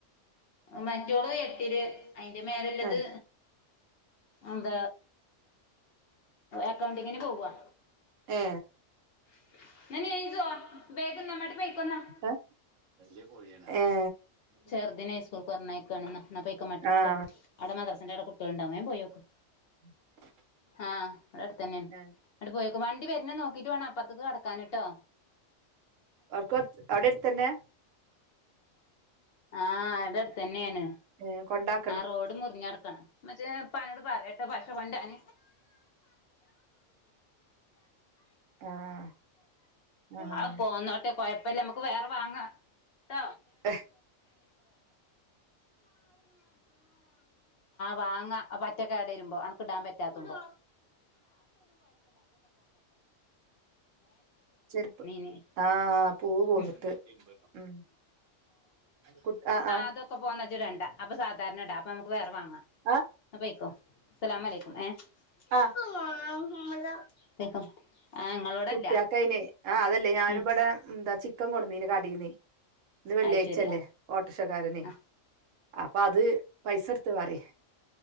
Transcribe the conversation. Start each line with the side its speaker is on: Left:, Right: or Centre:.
Left: മറ്റോള് എട്ട്ല് അയ്ന്റെ മേലെള്ളത്
Right: ഏഹ്
Left: എന്ത അക്കൗണ്ടിങ്ങ്ന്പോവാ
Right: ഏ
Left: <unintelligible>
Right: ഏ വലിയ കോഴിയാ ഏ
Left: ചെറുദിനെസ്കൂളിൽക്ക് പറഞ്ഞയക്കണ് ഇന്നാ ഇമ്മാടിട്ടോ
Right: ആഹ്
Left: അവിടെ മദറസന്റെ അവിടെ കുട്ടികൾ ഉണ്ടാക്കും വേം പോയോക്ക്
Right: <inaudible>
Left: ആഹ് അവിടെ അടുത് തന്നെണ്
Right: ഏഹ്
Left: അങ്ങട്ട്പോയോക് വണ്ടി വരുന്ന നോക്കിട്ട് വേണം അപ്പുറത്തേക്ക് കടക്കാൻട്ടോ
Right: വർക്ക് <unintelligible> അവിടെ അടുത്തന്നെ
Left: ആഹ് ഇവടെ അടുത്തന്നെണ്
Right: എ കൊണ്ടാക്ക
Left: ആഹ് റോഡ് മുറിഞ്ഞ് കടക്കണം ഇമ്മച്ചി ഇപ്പനോട് പറട്ടോ പഷ കൊണ്ടരാൻ
Right: ആഹ് ആഹ്
Left: അത് പോന്നോട്ടെ കൊഴപ്പില്ല മ്മുക്ക് വേറെ വാങ്ങ <unintelligible> ആ
Right: ഏഹ്
Left: വാങ്ങാ പറ്റെ കൊട്‌ വരുമ്പോ അനക്ക് ഇടാൻ പറ്റാത്തുമ്പോ
Right: ചെരുപ്പ്
Left: <unintelligible>
Right: ആഹ് പൂവ് പോന്നിട്ട്
Left: ഉം
Right: ഉം കുട്ട് ആഹ് ആഹ്
Left: അത്ഒക്കെ പോന്ന ഇജ് ഇടണ്ടഅപ്പൊ സാധാ സാധരണ ഇടാഅപ്പൊ നമുക്ക് വേറെ വാങ്ങാം
Right: ആഹ്
Left: ന്ന പേയിക്കോ അസലാമു അലയ്ക്കും ഏ <unintelligible>
Right: ആഹ്
Left: ഇങ്ങളോടല്ല
Right: കുട്ടിയോക്അയിന് ആഹ് അതല്ലേ ഞാനുഇവിടെ
Left: ഉം
Right: എന്താ ചിക്കൻ കൊടുന്നീന് കടീന് ഇന്ന് വെള്ളിയാഴ്ചല്ലേ
Left: അത് ശരി ആ
Right: ഓട്ടോക്ഷക്കാരനെ
Left: ആ
Right: അപ്പൊ അത് പൈസ എടു ഇത്പറി